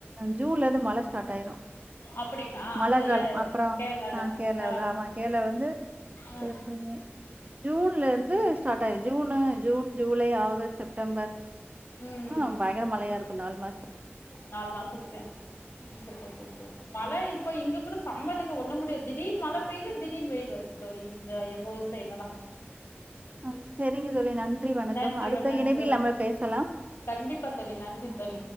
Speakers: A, on the right; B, on the left.
A: ஜுன்ல இருந்து மழைசட்டாயிரும்
B: அப்டிங்களா
A: மலக்காலம்
B: அங்க எத
A: அப்புற
B: கேரளால
A: ஆஹ கேரளாவல
B: ஆ
A: ஆமா கேரளா வந்து
B: ஆ
A: ஏப்ர மே ஜூன்ல இருந்து ஸ்டாடயிச்சு June June July August August September
B: ம் ம்
A: ஹம் பயங்கர மலையா இருக்கு நாள் மாசு
B: நாலு மாசத்துர்க சூப்பர் சூப்பர் மழை இப் இப்ப இங்க கூட சம்மலிங்க ஒண்ண முடியாது திடீனு மழை பெய்து திடீனு வெயில் வந்து தோழி இந்த எங்க ஊசைல்லாம்
A: ஆ சரிங்க தோழி நன்றி வணக்கம்
B: நன்றி
A: அடுத்த
B: வண் நன்றி
A: இணைவில்
B: வண்.
A: நம்ம பேசலாம்
B: கண்டிப்பா தோழி நன்றி தோழி